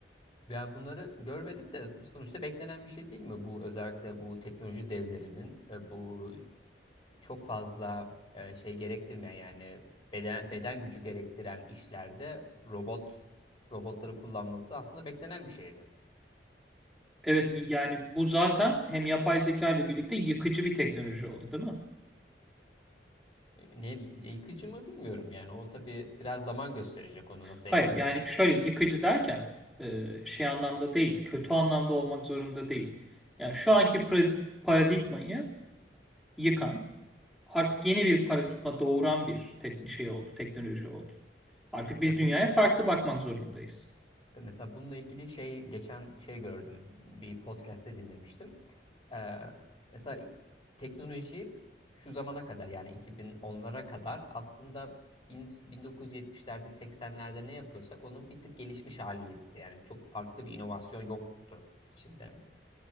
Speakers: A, on the left; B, in the centre.
A: ya bunları görmedim de sonuçta beklenen bir şey değil mi? Bu özellikle bu teknoloji devlerinin e, bu çok fazla e, şey gerektirmeyen yani beden beden gücü gerektiren işlerde robot robotları kullanması aslında beklenen bir şeydi.
B: Evet yani bu zaten hem yapay zeka ile birlikte yıkıcı bir teknoloji oldu değil mi?
A: ne yıkıcı mı bilmiyorum yani o tabii biraz zaman gösterecek onu nasıl
B: Hayır
A: evrileceğini.
B: yani şöyle yıkıcı derken e, şey anlamda değil, kötü anlamda olmak zorunda değil. Yani şu anki pra- paradigmayı yıkan, artık yeni bir paradigma doğuran bir tek şey oldu, teknoloji oldu. Artık biz
A: Ya
B: dünyaya
A: bunun
B: farklı bakmak zorundayız.
A: mesela bununla ilgili şey geçen şey gördüm bir podcast'te dinlemiştim. Ee, mesela teknoloji şu zamana kadar yani iki bin onlara kadar aslında ins- 1970'lerde 80'lerde ne yapıyorsak onun bir tık gelişmiş haliydi. Yani çok farklı bir inovasyon yoktu içinde.